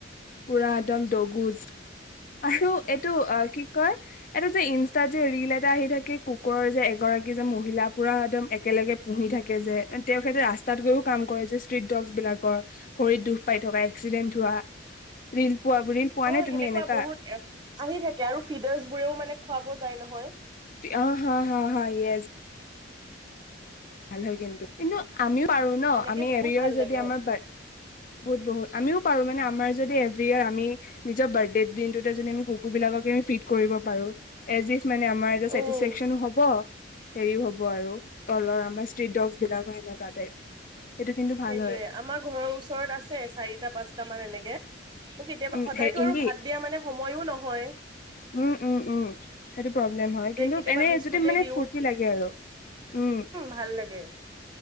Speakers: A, on the left (about 45°); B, on the right (about 25°).
A: পুৰা একদম দগুজ আৰু এইটো অ কি কয় এটা যে ইনষ্টাত যে ৰৰিল এটা আহি থাকে কুকুৰৰ যে এগৰাকী যে মহিলা পুৰা একদম একেলগে পুহি থাকে যে তেওঁখতে ৰাস্তাত গৈয়ও কাম কৰে যে ষ্ট্ৰিট ডগছ বিলাকৰ ভৰিত দুখ পাই থকা এক্সিডেন্ট হোৱা। ৰিল পোৱা ৰিল পোৱা
B: অ
A: নে
B: সেনেকুৱা
A: তুমি এনেকা
B: বহুত আহি থাকে আৰু ফিডাৰছ বোৰেও মানে খুৱাব যায় ন হয়
A: অ হা হা হা ইয়েছ ভাল হয় কিন্তু কিন্তু আমিও পাৰো ন
B: সেনেকে
A: আমি
B: বহুত
A: এৰিয়াৰ
B: ভাল
A: যদি
B: লাগে
A: আমাৰ বহুত বহুত আমিও পাৰো মানে আমাৰ যদি এভ ইয়াৰ আমি নিজৰ বাৰ্থডেৰ দিনটোতে যদি আমি কুকুৰ বিলাককে ফিট কৰিব পাৰো এজ ই মানে আমাৰ এইটো
B: অ',
A: চেটিছফেকচনো হ'ব, হেৰিও হ'ব। ব আৰু তলৰ আমাৰ ষ্ট্ৰীট ডগছ বিলাকৰ এনেকা টাইপ সেইটো কিন্তু ভাল
B: সেইটোয়ে
A: হয়
B: আমাৰ ঘৰৰ ওচৰত আছে চাৰিটা পাঁচটা মান এনেকো এ মোৰ কেতিয়াবা
A: উম
B: সদায়তো
A: হে ইন্দি
B: আৰু ভাত দিয়া মানে সময়ো নহয়
A: উম উম উম সেইটো প্ৰব্লেম হয় কিন্তু
B: কেতিয়াবা
A: এনেই
B: বিস্কুটে
A: যদি মানে
B: দিওঁ
A: ফূুৰ্তি লাগে আৰু। উম
B: ভাল লাগে